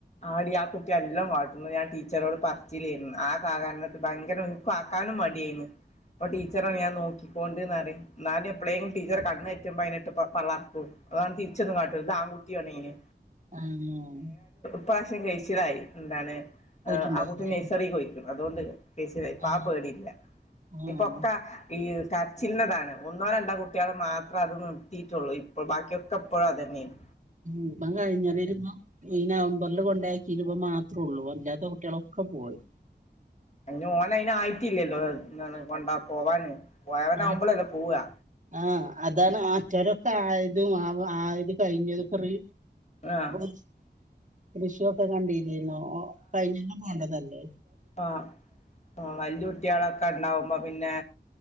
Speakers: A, on the left; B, on the right.
A: ആടി ആ കുട്ടി എല്ലാം വാട്ട്ന്ന് ഞാൻ ടീ ടീച്ചറോട് പറച്ചിലേര്ന്നു ആ <unintelligible> ഭയങ്കരം എവ്ട്ക്കും ആക്കാനും മടായാരുന്ന് അപ്പം ടീച്ചറെ ഞാൻ നോക്കി ണ്ട്ന്പറിം ന്നാലും എപ്പേഴെങ്കിലും ടീച്ചറെ കണ്ണ് തെറ്റുമ്പോൾ അതിനെ ഇട്ട് പള്ളർക്കും അതാണ്ട്തിര്ച്ചൊന്നും കാട്ടൂല പൂതിയാണയ്ന്
B: ആഹ്
A: ഇപ്രാവശ്യം കഴിച്ചിലായി എന്താണ്
B: പോയിട്ടുണ്ടാവുലേ
A: അ് ആ കുട്ടി നഴ്സറീക്ക് പോയിക്ക്ണ് അതുകൊണ്ട് കയിച്ചിലായി ഇപ്പം
B: ആഹ്
A: ആ പേടില്ല
B: ആഹ്
A: ഇപ്പൊക്ക ഈ കരച്ചിലിന്റെതാണ് ഒന്നോ രണ്ടോ കുട്ടികൾ മാത്ര അത് നിർത്തിയിട്ടൊള്ളൂ ഇപ്പോ ബാക്കിയൊക്കെ എപ്പോഴും അത് തന്നെയാണ്
B: ഉം ഇപ്പം കഴിഞ്ഞുവരുമ്പോ ഈ നവംബറിൽ കൊണ്ട് കൊണ്ടാക്കിയേത് ഇവൻ മാത്രൊള്ളൂ അല്ലാത്ത കുട്ടികളൊക്കെ പോയി
A: അയിന് ഓന് അയിന് ആയിട്ടില്ലല്ലോ എന്താണ് കൊണ്ട പോവാന് പൊവനാകുമ്പളല്ലെ
B: ആ
A: പോവാ
B: ആഹ് അതാണ് മറ്റൊരൊക്കെ ആയതും ആ ആയത് കഴിഞ്ഞത് പ്പം റി
A: ആഹ്
B: ഷു റിഷുവൊക്കെ കണ്ടീല്ലേര്ന്നോ കൈഞ്ഞൊല്ലം പോവണ്ടതല്ലേ
A: ആ ആ വല്യ കുട്യാളൊക്കെ ഒക്കണ്ടാവുമ്പോ പിന്നെ